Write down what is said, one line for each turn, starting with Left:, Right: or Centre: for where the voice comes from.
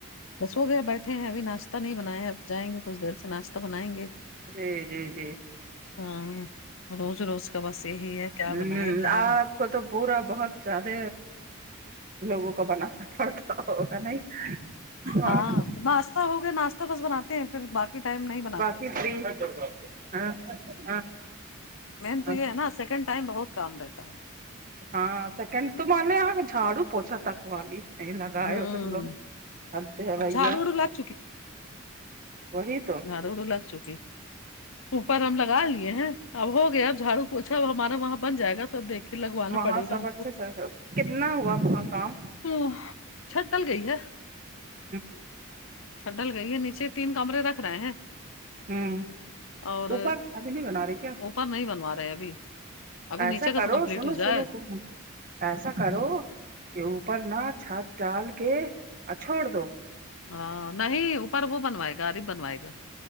Left: بس ہو گیا بیٹھے ہیں ابھی ناشتے تا نہیں بنیا اب جائیں گے کچھ دیر سے ناشتہ بنیں گے
Right: جی جی جی
Left: ہاں روز روز کا بس یہی ہے کیا
Right: ا <unintelligible>
Left: بنائے کیا
Right: آپ
Left: ب-
Right: کو تو پورا بہت زیادہ لوگوں کو بنانا پڑتا ہوگا نہیں اور
Left: ہاں ناشتہ ہو گیا ناشتہ بس بناتے ہیں پھر باقی ٹائم نہیں ب
Right: باقی تین ہاں ہاں
Left: مین
Right: ہاں
Left: تو یہ ہے نا سیکنڈ ٹائم بہت کام رہتا ہے
Right: ہاں سیکنڈ تو مان لے یہاں کے جھاڑو پوچا تک والی نہیں لگائے
Left: ہوں
Right: ہو تو تم لوگ حقت ہے
Left: اب
Right: بھیا
Left: جھاڑو وڑو لگ
Right: وہی تو
Left: جھاڑوڑو لگ چکی اوپر ہم لگا لیے ہیں اب ہو گیا جھاڑو پوچا اب ہمارا وہاں بن جائے گا تب دیکھ کے لگوانا
Right: وہاں
Left: پڑے
Right: سب
Left: گا ہم
Right: اچھے
Left: کو
Right: سے کتنا ہوا وہاں کام
Left: ہ چھٹل گئی ہے
Right: ہ
Left: چھٹل گئی ہے نیچے تین کمرے رکھ رہے ہیں
Right: ہوں
Left: اور
Right: اوپر ابھی نہیں بنا رہی کیا
Left: اوپر نہیں بنوا رہے ہیں ابھی ابھی
Right: ایسا
Left: نیچے کا
Right: کرو
Left: تو کمپلیٹ
Right: سنو
Left: ہو جائے
Right: سنو سنو ایسا
Left: ہوں،
Right: کرو یہ اوپر نا چھت ڈال کے اور چھوڑ دو
Left: ہاں نہیں اوپر وہ بنوائے گا ارب بنوائے گا